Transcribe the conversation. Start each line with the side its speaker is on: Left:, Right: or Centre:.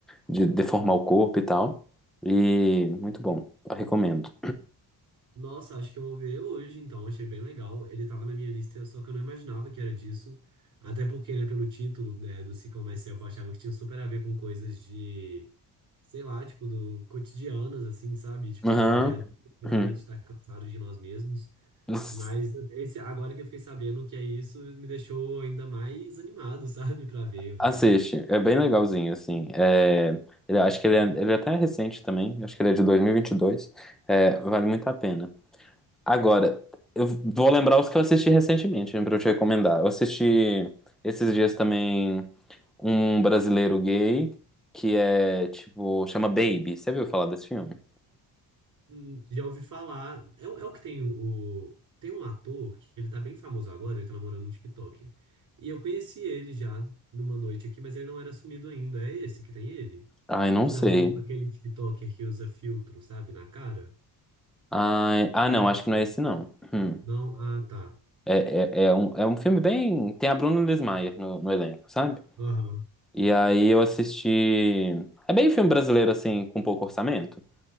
Centre: de deformar o corpo e tal. E muito bom. Eu recomendo.
Right: Nossa, acho que eu vou ver hoje, então. Achei bem legal. Ele tava na minha lista, só que eu não imaginava que era disso. Até porque, né, pelo título, né, do Sick of Myself, eu achava que tinha super a ver com coisas de, sei lá, tipo, do cotidianas, assim, sabe? Tipo,
Centre: Aham.
Right: ai, do dia a dia, né,
Centre: Hum.
Right: a gente tá cansado de nós mesmos.
Centre: S-
Right: Mas esse, agora que eu fiquei sabendo que é isso, me deixou ainda mais animado, <laughs> sabe, pra ver. Eu,
Centre: Assiste, é bem legalzinho, assim. É, ele- acho que ele é, ele é até recente também, acho que ele é de 2022. É, vale muito a pena. Agora, eu vou lembrar os que eu assisti recentemente, né, pra eu te recomendar. Eu assisti esses dias também um brasileiro gay, que é, tipo, chama Baby. Você viu falar desse filme?
Right: Hum, Já ouvi falar. É, o- é o que tem o. Tem um ator que ele tá bem famoso agora, ele tá namorando no TikTok. E eu conheci ele já numa noite aqui, mas ele não era sumido ainda. É esse que tem ele?
Centre: Ai, não
Right: Que
Centre: sei.
Right: namora com aquele TikToker que usa filtro, sabe, na cara?
Centre: Ai, ah, não, acho que não é esse, não. Hum.
Right: Não? Ah, tá.
Centre: É, é, é um, é um filme bem. Tem a Bruna Lismayer no, no elenco, sabe?
Right: Aham.
Centre: E aí eu assisti. É bem filme brasileiro, assim, com pouco orçamento,